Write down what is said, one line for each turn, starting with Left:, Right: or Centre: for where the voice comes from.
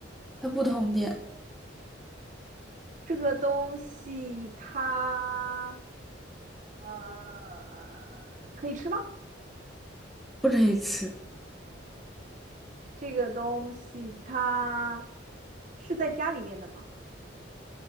Centre: 它不通电，
Right: 这个东西它呃可以吃吗？
Centre: 不可以吃。
Right: 这个东西它是在家里面的吗？